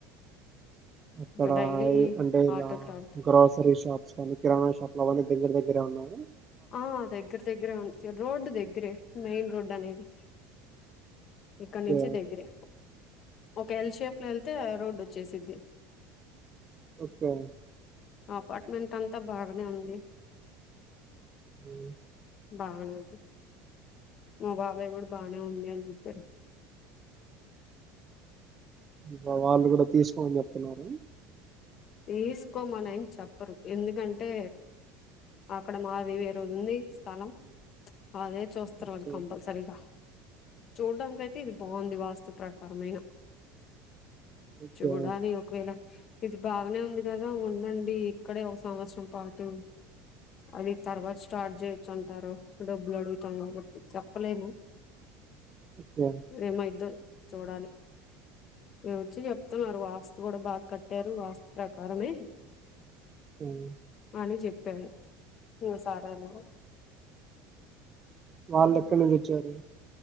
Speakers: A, on the right; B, on the left.
A: అక్కడ
B: ఇంకా డైలీ
A: అంటే ఇలా
B: ఆటోకి రా
A: గ్రాసరీ షాప్స్ కానీ, కిరాణా షాప్ అవన్నీ దగ్గర దగ్గరే ఉన్నాయా?
B: ఆ దగ్గర దగ్గరే ఉంట రోడ్డు దగ్గరే మెయిన్ రోడ్డు దనేది ఇక్కడ
A: ఓకే
B: నుంచి దగ్గరే ఒక ఎల్ షేప్ లో ఎళ్తే రోడ్డు వచ్చేసిద్ది
A: ఓకే
B: ఆ అపార్ట్మెంట్ అంతా బాగనే ఉంది.
A: ఉమ్
B: బాగనే ఉంది, మా బాబాయి కూడా బానే ఉంది అని చెప్పారు <inaudible>
A: మా వాళ్ళు కూడా తీసుకోమని చెప్తున్నారు.
B: తీసుకోమనెం చెప్పరు ఎందుకంటే అక్కడ మాది వేరేది ఉంది స్థలం. అదే చూస్తరు వాళ్ళు
A: ఓకే
B: కంపల్సరీగా. చూడ్డానీకైతే ఇది బావుంది వాస్తు ప్రకారమైన.
A: ఓకే
B: చూడాలీ ఒకవేళ ఇది బాగనే ఉంది కదా ఉండండి ఇక్కడే ఒక సంవత్సరం పాటు. అది తర్వాత స్టార్ట్ చేయొచ్చు అంటారు, డబ్బులు అడుగుతాం కాబట్టి చెప్పలేము.
A: ఓకే
B: ఏమయిద్దో చూడాలి, మీ వచ్చి చెప్తున్నారు వాస్తు గుడ బాగా కట్టారు వాస్ ప్రకారమే
A: ఉమ్
B: అని చెప్పారు, ఇంగ సారాల
A: వాళ్ళు ఎక్కడ నుంచి వచ్చారు?